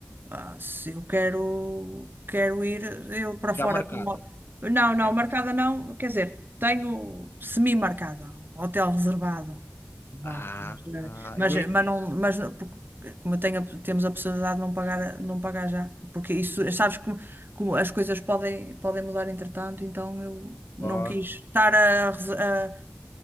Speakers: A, on the right; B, on the left.
A: Ah, se eu quero, quero ir eu para fora.
B: Já marcada.
A: com uma- Não, não,
B: Já.
A: marcada não. Quer dizer, tenho semi-marcada, um hotel reservado. Vá.
B: Ah,
A: Mas, eh,
B: ah,
A: mas,
B: e,
A: mas não, mas não- porque, eh, como eu tenho, a- temos a possibilidade de não pagar, não pagar já. Porque isso, sabes como, como as coisas podem, podem mudar entretanto, então eu não
B: claro.
A: quis estar a, rese- a,